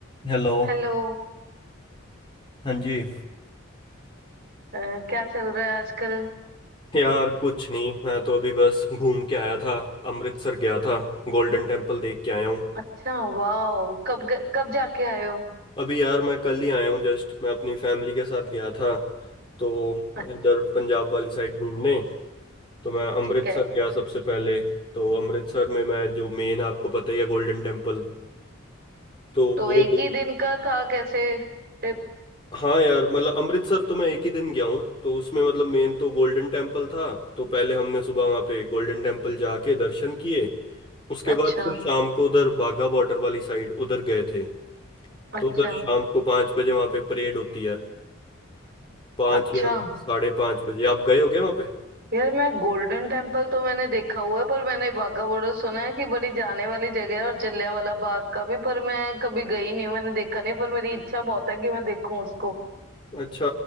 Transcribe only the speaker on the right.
Hello
अ, क्या चल रहा है आजकल
अच्छा वाओ कब ग- कब जाके आए हो
अच्छा,
ठीक है
तो
एक ही दिन का था कैसे ट्रिप
अच्छा
अच्छा
अच्छा
यार मैं गोल्डन टेम्पल तो मैंने देखा हुआ है पर मैंने बाघा बॉर्डर सुना है कि बड़ी जाने वाली जगह है और जलियांवाला बाग का भी पर मैं कभी गई नहीं हूँ मैंने देखा नहीं पर मेरी इच्छा बहुत है कि मैं देखूं उसको